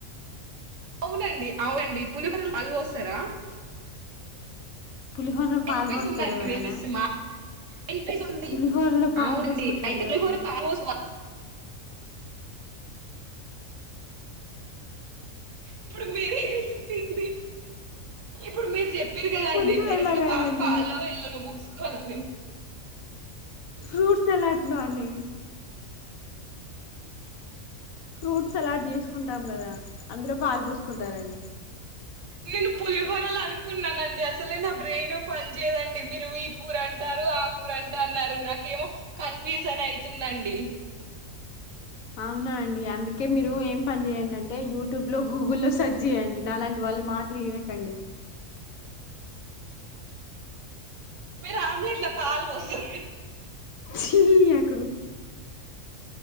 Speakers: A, on the right; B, on the left.
A: అవునండి అవునండి పులిహోర లు పోస్తారా
B: పులిహోర
A: వినిపిస్తుందండి
B: పాల్ పోస్తార ఎవరైనా
A: వినిపిస్తుంది మా వినిపిస్తుంది
B: పులిహోరలో పాలు
A: అవునండి
B: పోసుకుంటారండి
A: అయితే
B: ఎవరైనా
A: పులిహోర పాల్ పోసుకోరా ఇప్పుడు మీరే చెప్పింది ఇప్పుడు మీరు చెప్పిరు కదా
B: పులిహోరలో
A: అండి పెరుగుల
B: కాదండి
A: పా పాలో ఎల్ళను్ పూసుకోవాలని <inaudible>
B: ఫ్రూట్ సలాడ్లో అండి ఫ్రూట్ సలాడ్ చేసుకుంటాం కదా అందులో పాలు పోసుకుంటారంండి
A: నేను పులిహోరలో అనుకున్నానండి అసలే నా బ్రెయిన్ పని చేయదండి మీరు ఈ కూర అంటారు ఆ కూర అంటన్నారు నాకేమో కన్ఫ్యూజన్ అయితుందండి
B: అవునా అండి అందుకే మీరు ఏం పని చేయండింటే యూట్యూబ్ లో గూగుల్లో స సజ్జేయండి నాలంటి వాళ్ళ మాటలు వినకండి
A: మీరు ఆమ్లెట్ల పాలు పోస్తరా
B: చీ ఎకరు